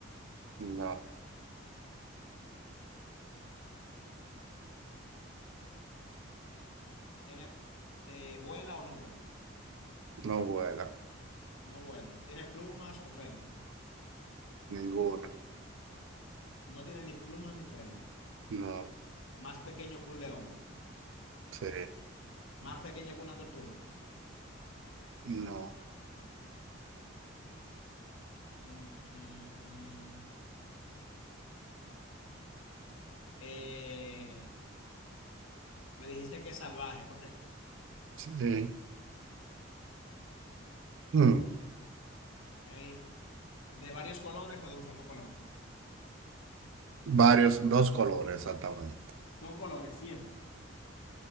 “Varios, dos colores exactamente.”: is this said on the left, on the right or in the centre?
Right